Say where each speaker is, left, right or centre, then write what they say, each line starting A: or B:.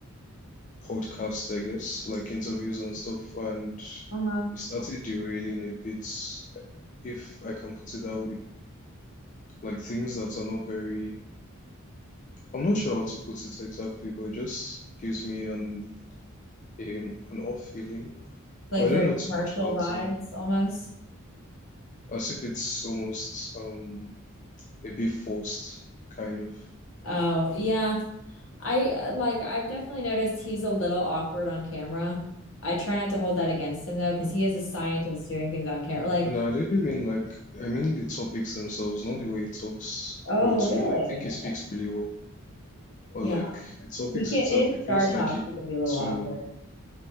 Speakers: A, on the left; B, on the left.
A: podcasts, I guess, like interviews and stuff, and
B: Uh-huh.
A: it started derailing a bit, if I can put it that way. Like things that are not very I'm not sure how to put it exactly, but it just gives me an a, an off feeling.
B: Like
A: But I
B: very
A: don't know too
B: commercial
A: much about
B: vibes
A: him.
B: almost.
A: As if it's almost um a bit forced, kind of.
B: Oh yeah, I uh, like I've definitely noticed he's a little awkward on camera. I try not to hold that against him though, because he is a scientist doing things on camera. Like,
A: No, I didn't mean like I mean the topics themselves, not the way he talks.
B: oh
A: Well, to
B: really?
A: me, I think he speaks really well. Or
B: Yeah.
A: like the topics
B: We can't,
A: itself,
B: it's
A: it feels
B: Star Talk,
A: like he
B: it can be a little awkward.
A: to